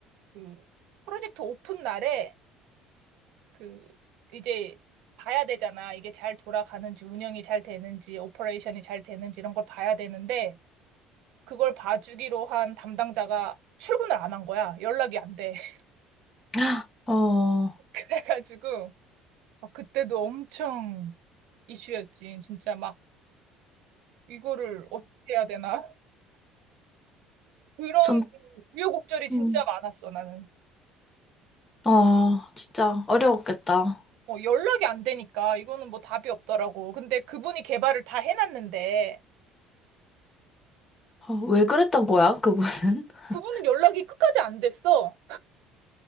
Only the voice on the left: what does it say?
<gasps> 어, 어,
좀,
음,
어, 진짜 어려웠겠다.
어, 왜 그랬던 거야, 그분은? <laughs>